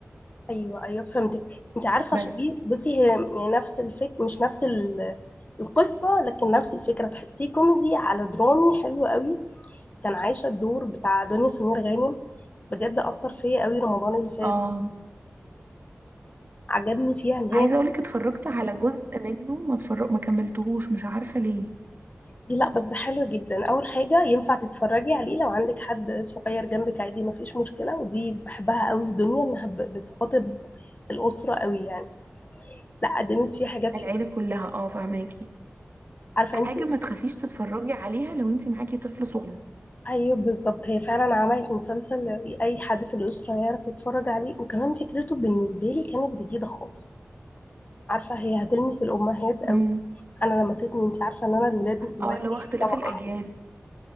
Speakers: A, on the left (about 35°); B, on the right (about 45°).
A: ايوه ايوه فهمتك انت عارفة
B: بس
A: شبيه بصي هي يعني نفس الفك مش نفس ال... القصة لكن نفس الفكرة تحسيه كوميدي على درامي حلو قوي كان عايشة الدور بتاع دنيا سمير غانم بجد أثر فيا قوي رمضان اللي فات
B: اه
A: عجبني فيها ان هي
B: عايزة اقولك اتفرجت على جزء منه ما اتفرج ما كملتهوش مش عارفة ليه
A: دي لا بس ده حلو جدا اول حاجه ينفع تتفرجي عليه لو عندك حد صغير جنبك عادي ما فيش مشكله ودي بحبها قوي في دنيا انها ب- بتخاطب الاسره قوي يعني لا قدمت فيه حاجات
B: العيلة
A: حلوه
B: كلها اه فهماكي
A: عارفه
B: حاجة
A: انت
B: ما تخافيش تتفرجي عليها لو انت معاكي طفل صغير
A: ايوه بالظبط هي فعلا عملت مسلسل اي حد في الاسره يعرف يتفرج عليه وكمان فكرته بالنسبه لي كانت جديده خالص عارفه هي هتلمس الامهات قوي
B: امم
A: انا لمستني انت عارفه ان انا الولاد مش
B: اه اللي هو اختلاف
A: طبعا
B: الأجيال